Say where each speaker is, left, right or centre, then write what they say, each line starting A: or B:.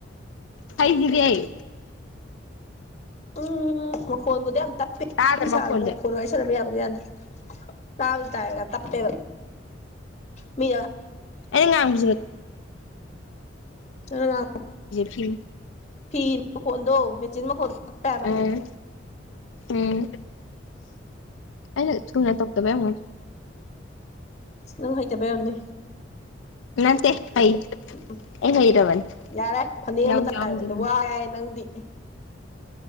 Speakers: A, on the left; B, on the left.
A: ꯐꯥꯏꯚ ꯖꯤꯔꯤ ꯑꯩ
B: ꯎꯝ ꯃꯈꯣꯟꯕꯨꯗꯤ ꯌꯥꯝ ꯇꯞꯄꯤꯦ
A: ꯇꯥꯗ꯭ꯔ
B: ꯁꯥꯕ
A: ꯃꯈꯣꯟꯁꯦ
B: ꯃꯈꯣꯟ ꯋꯥꯔꯤ ꯁꯥꯟꯅꯕ ꯌꯥꯝ ꯀꯥ ꯇꯑ ꯇꯦꯒ ꯃꯤ
A: ꯑꯅ ꯀꯝꯁꯨꯨꯔ
B: ꯑꯣꯗ
A: ꯐꯤ
B: ꯐꯤ ꯃꯈ ꯈꯣꯗꯣ ꯃꯦꯆꯅ ꯃꯈ ꯈꯣ ꯑꯞꯇꯕ
A: ꯎꯝ ꯎꯝ ꯑꯩꯅ ꯊꯅ ꯇꯣꯛꯗꯕ ꯑꯃꯣꯟ
B: ꯅꯪ ꯍꯩꯇꯕ ꯌꯥꯝꯅꯤ
A: ꯅꯠꯇꯦ ꯍꯩ
B: ꯎꯝ
A: ꯑꯩ ꯍꯩꯔꯕꯅꯤ
B: ꯌꯥꯔꯦ ꯐꯅꯦꯛ ꯑꯃꯇ
A: ꯌꯥꯎꯁꯨ ꯌꯥꯎꯔꯝꯗꯦ
B: ꯍꯥꯏꯕꯗ
A: ꯅꯪ
B: ꯋꯥ ꯌꯥ ꯅꯪꯗꯤ